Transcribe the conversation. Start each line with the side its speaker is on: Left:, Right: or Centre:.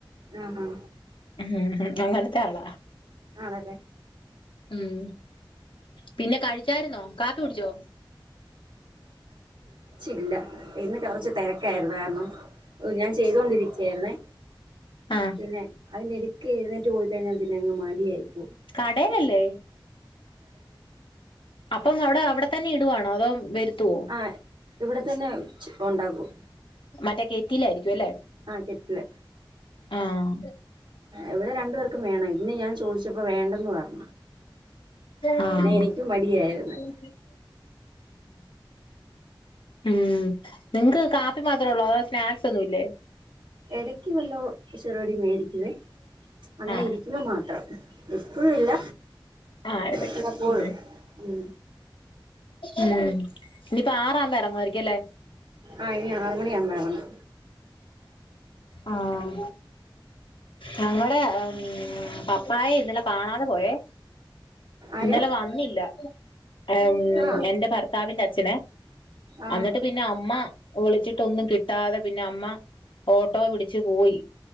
Right: ആഹാ
Left: ഉം അങ്ങനെ തള
Right: ആണല്ലേ
Left: ഉം പിന്നെ കഴിച്ചാരുന്നോ കാപ്പി കുടിച്ചോ
Right: ചില്ല ഇന്ന് കുറച്ച് തിരക്കായിരുന്നകാരണം ഓ ഞാൻ ചെയ്തൊണ്ടിരിക്കയാരുന്നെ
Left: ആഹ്
Right: പിന്നെ അതിന്റെ ഇടുക്ക് എഴുന്നേറ്റ് പോയി <unintelligible> പിന്നങ്ങ് മടിയായിപ്പോയി
Left: കടേലല്ലേ അപ്പം അവിടെ അവിടെ തന്നെ ഇടുവാണോ അതോ വരു ത്തുവോ
Right: ആഹ് ഇവിടെ തന്നെ ഉണ്ടാകും
Left: മറ്റേ കേറ്റിലാരിക്കു ല്ലേ
Right: കെറ്റില്
Left: ഉം
Right: ഇവിടെ രണ്ടു പേർക്കും വേണം ഇന്ന് ഞാൻ ചോദിച്ചപ്പോ വേണ്ടെന്ന് പറഞ്ഞ്
Left: ആഹ്
Right: എനിക്കും മടിയായിരുന്നു
Left: ഉം ഉം നിങ്ങക്ക് കാപ്പി മാത്രേ ഉള്ളോ അതോ സ്നാക്സ് ഒന്നു ഇല്ലേ?
Right: ഇടക്ക് വെല്ലോ ചെറുകടി മേടിക്കുവേ അങ്ങനെ
Left: ആഹ്
Right: ഇരിക്കുമ്പോ മാത്രം. എപ്പഴും ഇല്ല.
Left: ആഹ് എടക്ക്
Right: വല്ലപ്പോഴും
Left: ഉം
Right: ഉം
Left: ഉം ഇനീപ്പ ആറാവുമ്പോ എറങ്ങുവായിരിക്കും അല്ലേ
Right: ആ ഇനി ഒ രാറു മണി ആകുമ്പ എറങ്ങും
Left: ആഹ് ഞങ്ങടെ ഉം പപ്പായെ ഇന്നലെ കാണാതെ പോയേ
Right: ആര്
Left: ഇന്നലെ വന്നില്ല <unintelligible>
Right: ആഹ്
Left: എന്റെ ഭർത്താവിന്റെ അച്.. <inaudible> ച്ഛനെ
Right: ആഹ്
Left: എന്നിട്ട് പിന്നെ അമ്മ ഒളിച്ചിട്ട് ഒന്നും കി കിട്ടാതെ പിന്നെ അമ്മ ഓട്ടോ പിടിച്ച് പോയി